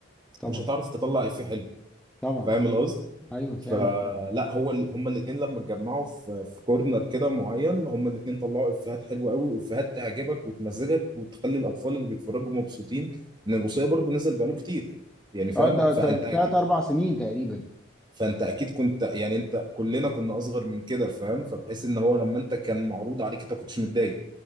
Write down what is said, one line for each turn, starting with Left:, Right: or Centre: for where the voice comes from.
Centre: طبعا
Right: مش هتعرف تطلع افيه حلو
Centre: طبعا
Right: فاهم القصد؟
Centre: ايوه فاهم
Right: فلا هو ال... هما الاثنين لما اتجمعوا في في كورنر كده معين هما الاثنين طلعوا افيهات حلوه قوي وافيهات تعجبك وتمزجك وتخلي الاطفال اللي بيتفرجوا مبسوطين ان البوصيه برضو نزل بقاله كتير يعني فاهم
Centre: اه ده
Right: فانت اكيد
Centre: تلات اربع سنين تقريبا
Right: فانت اكيد كنت يعني انت كلنا كنا اصغر من كده فاهم فبحيث ان هو لما انت كان معروض عليك انت كنتش متضايق